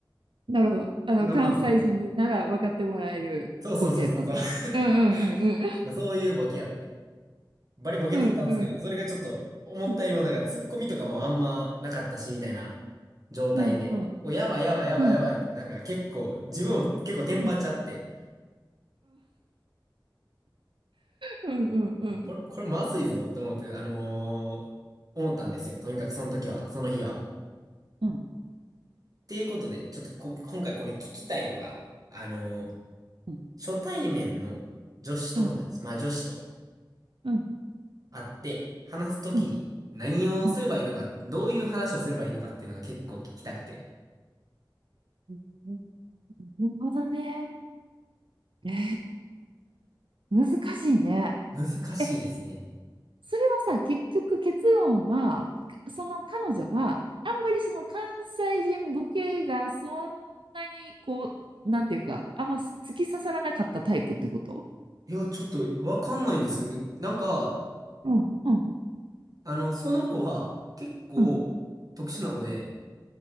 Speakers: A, on the right; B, on the right.
A: なるほど。あの、
B: まあまあまあ、
A: 関西人になら分かってもらえるボケやったのね。
B: そうそうそうそうそう。<laughs>
A: うんうんうん
B: まあ、そういうボケやって。バリボケ取ったんですけど、
A: うん。うんうん
B: それがちょっと、思ったよりも、
A: うんうん。
B: だから、ツッコミとかもあんまなかったし、みたいな状態で、
A: うんうん
B: お、やばいやばいやばいやばいって、
A: うん。
B: なんか結構、自分も結構テンパっちゃって、
A: うんうんうん。
B: これ、これまずいぞって思って、あのー思ったんですよ。とにかくその時は、その日は。
A: うんうんうん。うん
B: っていうことで、ちょっとこ、今回これ聞きたいのが、あのー
A: うん
B: 初対面の女子友達、
A: うん。
B: まあ女子と
A: うんう
B: 会って話すときに何をすればいいのか、
A: んうん。
B: どういう話をすればいいのかっていうのが結構聞きたくて。
A: うんうんなるほどね。ええ難しいね。
B: 難しいですね。
A: え、それはさ、結局結論は、その彼女は、あんまりその関西人ボケがそんなにこう、なんていうか、あんま突き刺さらなかったタイプってこと
B: いや、ちょっとわかんないんですよね。なんか、
A: うん、うん、
B: あの、その子は結構特殊な子で、
A: うん。